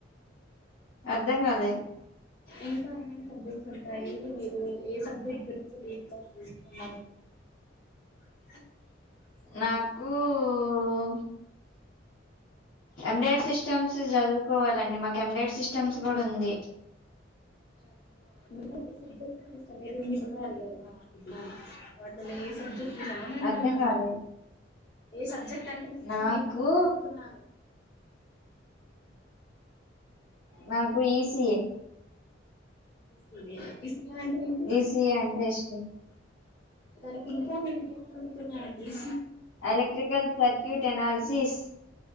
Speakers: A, on the left; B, on the left.
A: అర్ధం కాలేదు.
B: ఇంకా ఏమేం సబ్జెక్ట్స్ ఉంటాయి. మీరు ఏ సబ్జెక్ట్ గురించి డీప్గా తెలుసు <unintelligible>
A: నాకూ ఓ ఎండైడ్ సిస్టమ్స్ చదువుకోవాలండి మక్ కెమ్డైడ్ సిస్టమ్స్ గుడుంది
B: మీకు ఏ సబ్జెక్ట్ అంటే ఇష్టం లేదండి మీకు పరిలలు. ఆహ్ ఇప్పుడు. వాట్లాలో ఏ సబ్జెక్ట్. నిజమా నేను అంటున్నాను.
A: అర్ధం కాలేదు
B: ఏ సబ్జెక్ట్ అంటే ఇష్టం
A: నాకు
B: మీకు అని అడుగుతున్నాను.
A: నాకు ఈసిఎ.
B: పునే ఈసి. ఈసిఏ అంటే ఏంటి
A: ఈసీఏ అంటే ఇష్టం
B: దాని ఫుల్ఫాం ఏంటి అని అడుగు తనకిస్.
A: Electrical circuit analysis.